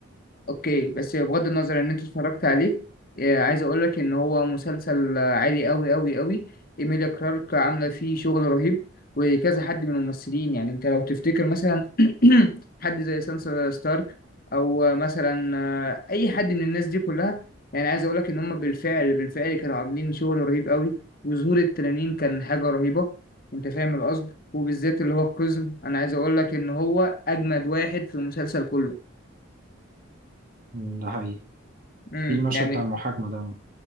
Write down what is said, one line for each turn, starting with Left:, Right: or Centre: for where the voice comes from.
Left: اوكي بس بغض النظر ان انت اتفرجت عليه آه، عايز اقول لك ان هو مسلسل عالي قوي قوي قوي ايميليا كلارك عامله فيه شغل رهيب وكذا حد من الممثلين يعني انت لو تفتكر مثلا <clears throat> حد زي سانسا ستارك او مثلا آه، اي حد من الناس دي كلها يعني عايز اقول لك ان هم بالفعل بالفعل كانوا عاملين شغل رهيب قوي وظهور التنانين كان حاجه رهيبه انت فاهم القصد وبالذات اللي هو القزم انا عايز اقول لك ان هو اجمد واحد في المسلسل كله
Right: أمم، ده حقيقي
Left: امم
Right: في المشهد
Left: يعني
Right: بتاع المحاكمة ده